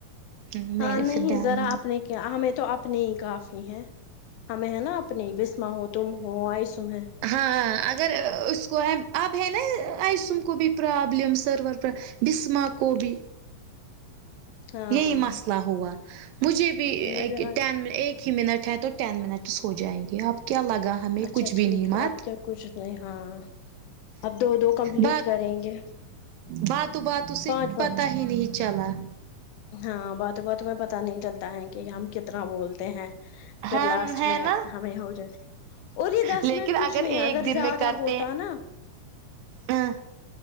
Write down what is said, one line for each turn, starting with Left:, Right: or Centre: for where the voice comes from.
Right: میں
Left: ہاں
Right: نے
Left: نہیں
Right: پھر دھیان
Left: ذرا اپنے کیا ہمیں تو اپنے ہی کافی ہیں ہمیں ہے نا اپنی بسم ہو تم ہو ائی سمہیں
Right: ہاں ہاں اگر اس کو ہے آاب ہے نہ ائیسوم کوبھی پرابلم سرور پر ڈسمہ کوبھی
Left: ہاں
Right: یہی مسئلہ ہوا مجھے بھی
Left: مجھے
Right: ایک ٹائم ایک ہی منٹ ہے تو ٹین منٹس ہو جائیں گے اب کیا لگا ہمیں
Left: اچھا
Right: کچھ بھی
Left: ٹھیک
Right: نہیں مات
Left: اب کیا کچھ نہیں ہاں اب دو دو کمپلیٹ
Right: بات
Left: کریں گے
Right: باتوں باتوں سے
Left: پانچ پانچ
Right: پتا ہی نہیں چلا
Left: ہاں باتو باتو میں پتا نہیں چلتا ہے کہ ہم کتنا بولتے ہیں پھر
Right: ہاں
Left: لاسٹ
Right: ہے
Left: میں
Right: نا
Left: ہمیں ہو جاتی اور یہ دس
Right: لیکن
Left: منٹ کچھ نہیں
Right: ایک
Left: اگر
Right: دن
Left: زیادہ
Right: میں کرتے
Left: ہوتا نا
Right: ا